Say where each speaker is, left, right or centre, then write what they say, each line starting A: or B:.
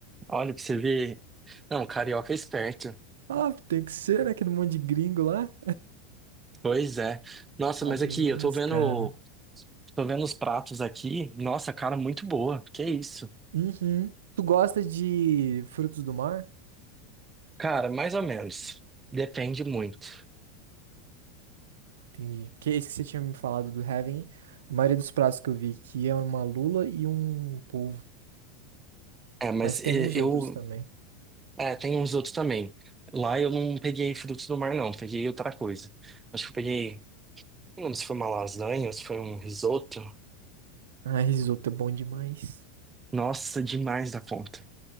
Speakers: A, on the right; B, on the right.
A: Olha, pra você ver. Não, carioca é esperto.
B: Ah, tem que ser, né? Aquele monte de gringo lá.
A: Pois é. Nossa,
B: A
A: mas
B: gringa
A: aqui,
B: é mais
A: eu tô vendo,
B: cara.
A: tô vendo os pratos aqui. Nossa, cara, muito boa. Que isso?
B: Uhum. Tu gosta de frutos do mar?
A: Cara, mais ou menos. Depende muito.
B: Entendi. Porque esse que você tinha me falado do Heaven, a maioria dos pratos que eu vi aqui é uma lula e um polvo.
A: É, mas
B: Mas tem
A: e-
B: uns outros
A: eu.
B: também.
A: É, tem uns outros também. Lá eu não peguei frutos do mar, não. Peguei outra coisa. Acho que eu peguei. Não lembro se foi uma lasanha, ou se foi um risoto.
B: Ah, risoto é bom demais.
A: Nossa, demais da conta.